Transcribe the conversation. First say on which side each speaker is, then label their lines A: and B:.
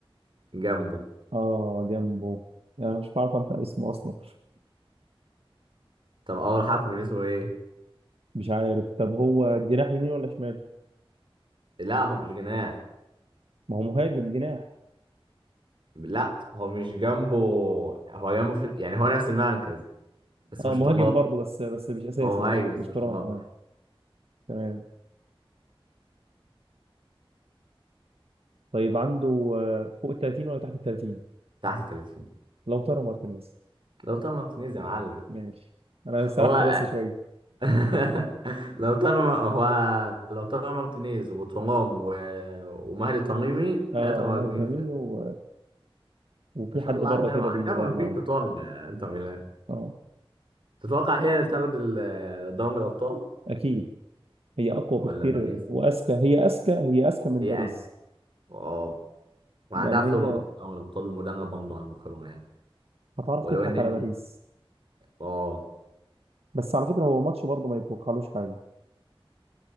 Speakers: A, on the right; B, on the right.
A: جنبه
B: آه، جنبه انا مش بعرف انت اسمه اصلا
A: طب أول حرف من اسمه إيه
B: مش عارف طب هو جناح يمين ولا شمال
A: لا هو مش جناح
B: ما هو مهاجم جناح
A: لا هو مش جنبه هو جنبه في... يعني هو نفس المركز بس
B: اه
A: مش
B: مهاجم
A: طلاب
B: برضه بس بس مش اساسي
A: هو مهاجم
B: يعني
A: بس
B: مش
A: مش
B: ترام
A: طلاب
B: اه تمام طيب عنده آه، فوق ال 30 ولا تحت ال 30
A: تحت 30
B: لوتارو مارتينيز
A: لو طبعا تنيز يا معلم
B: ماشي انا سرحت
A: هو
B: بس شويه
A: <laughs> لو طالما هو لو طالما مارتينيز وترام و... ومهدي تميمي
B: اه
A: ثلاثة مهاجمين
B: وماري فامينيو
A: في
B: و... وفي
A: ما شاء
B: حد
A: الله
B: بره
A: عندها
B: كده بيغير
A: عندها مهاجمين
B: معاهم
A: كتار انتر ميلان
B: اه
A: تتوقع هي اللي تاخد ال- دوري الأبطال
B: اكيد هي اقوى
A: ولا
B: بكتير
A: باريس؟
B: واذكى هي اذكى هي اذكى من
A: هي
B: باريس
A: قاعدة اه وعندها
B: يعني
A: خبرة
B: هي
A: في دوري الأبطال والمدرب برضه عنده خبرة يعني
B: هتعرف
A: ولو
B: تضحك
A: إن
B: على باريس
A: اه
B: بس على فكره هو ماتش برضه ما يتوقعلوش حاجه